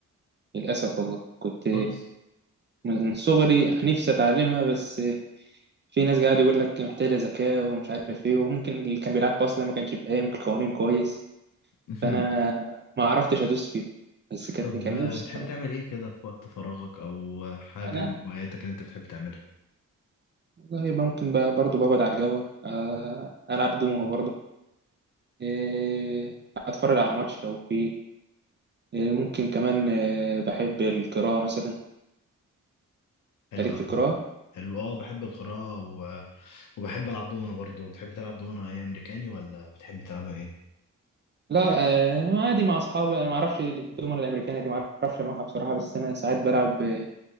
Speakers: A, on the right; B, on the left.
A: للاسف والله كنت
B: خالص؟
A: من صغري نفسي اتعلمها بس في ناس قاعد يقول لك محتاجه ذكاء ومش عارف ايه وممكن اللي كان بيلعب اصلا ما كانش فاهم القوانين كويس
B: مهم.
A: فانا ما عرفتش ادوس فيها بس كانت
B: طب
A: كان
B: آه
A: نفسي
B: بتحب تعمل إيه كده في وقت فراغك أو آه، حاجة
A: انا
B: من هواياتك اللي أنت بتحب تعملها؟
A: والله يبقى ممكن بقى برضه بقعد على القهوه آه، العب دومينو برضه إيه، اتفرج على ماتش لو فيه ممكن كمان آه، بحب القراءة مثلا
B: حلو
A: تاريخ
B: أوي
A: في القراءة
B: حلو أه بحب القراءة و... وبحب ألعب دومنة برضه بتحب تلعب دومنة إيه أمريكاني ولا بتحب تلعبها إيه؟
A: لا آه، عادي مع أصحابي أنا ما أعرفش الدومنة الأمريكانية دي ما أعرفش أنواعها بصراحة بس أنا ساعات بلعب آه،